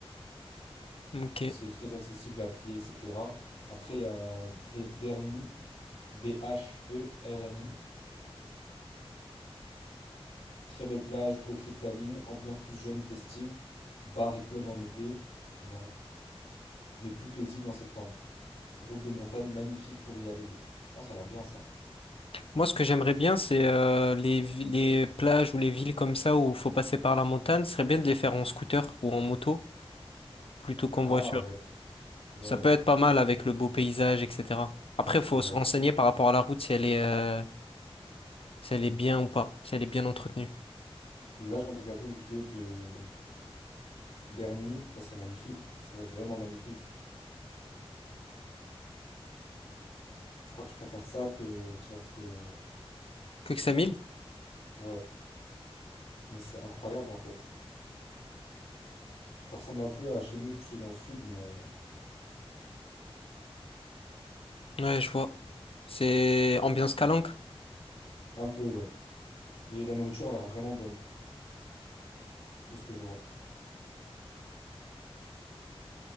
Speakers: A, on the left; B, on the left.
A: Ok.
B: c'est très accessible à pied, etc. Après, il y a des Dermi, D-H-E-R-M-I. Très belle plage, eau cristalline, ambiance plus jeune, festive, bar et club en été, ouais, mais plus paisible en septembre. Route de montagne magnifique pour y arriver. Ah, ça a l'air bien ça.
A: Moi, ce que j'aimerais bien, c'est euh, les, vi- les plages ou les villes comme ça où il faut passer par la montagne, ce serait bien de les faire en scooter ou en moto plutôt qu'en
B: Ah
A: voiture.
B: ouais, ouais,
A: Ça
B: ouais,
A: peut être
B: c'est
A: pas mal avec le beau paysage, etc. Après, il
B: c'est
A: faut
B: vrai.
A: se renseigner par rapport à la route si elle est, euh, si elle est bien ou pas, si elle est bien entretenue.
B: Là, je viens de regarder une vidéo de d'Hermie. Ah, c'est magnifique, c'est vraiment magnifique. Je crois que je préfère ça que, tiens, parce que,
A: Cuxamil?
B: ouais, mais c'est incroyable en fait. Ça ressemble un peu à chez nous, tu sais, dans le sud, mais euh,
A: Ouais, je vois. C'est ambiance Calanque?
B: un peu, ouais. Et la nourriture elle a l'air vraiment bonne, de ce que je vois.